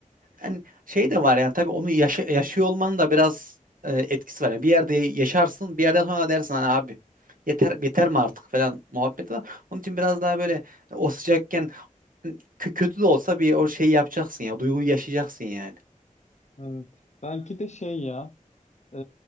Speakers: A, on the right (about 80°); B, on the left (about 55°).
A: Yani şey
B: hı hı.
A: de var yani tabii onu yaşa- yaşıyor olmanın da biraz e, etkisi var. Yani bir yerde yaşarsın, bir yerden sonra dersin hani abi yeter yeter mi artık falan muhabbeti var. Onun için biraz daha böyle o sıcakken hani kö- kötü de olsa bir o şeyi yapacaksın ya, duyguyu yaşayacaksın yani.
B: Evet. Belki de şey ya. Ee,